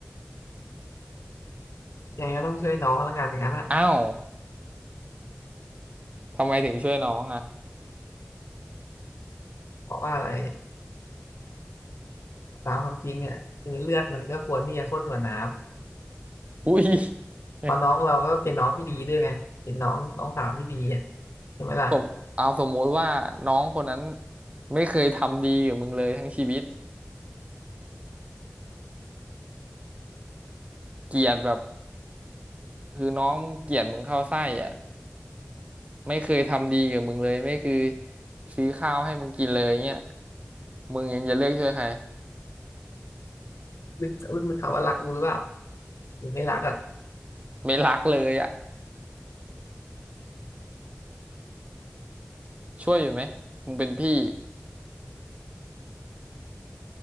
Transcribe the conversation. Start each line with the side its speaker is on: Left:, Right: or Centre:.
Left: ยังไงก็ต้องช่วยน้องแล้วกันอย่างนั้นอ่ะ
Right: อ้าวทำไมถึงช่วยน้องอ่ะ
Left: เพราะว่าอะไรตามความจริงเนี่ยคือเลือดมันก็ควรที่จะข้นกว่าน้
Right: อุ้ย
Left: ำเพราะน้องเราก็เป็นน้องที่ดีด้วยไงเป็นน้องน้องสาวที่ดีอ่ะ
Right: <laughs>
Left: ใช่ไหมล่ะ
Right: ตบเอาสมมุติว่าน้องคนนั้นไม่เคยทำดีกับมึงเลยทั้งชีวิตเกลียดแบบคือน้องมึงเกลียดมึงเข้าไส้อ่ะ ไม่เคยทำดีกับมึงเลยไม่เคือซื้อข้าวให้มึงกินเลยเงี้ยมึงยังจะเลือกช่วยใคร
Left: ลึกลึกๆเขาว่ารักกูหรือเปล่าหรือไม่รักอ่ะ
Right: ไม่รักเลยอ่ะช่วยอยู่ไหมมึงเป็นพี่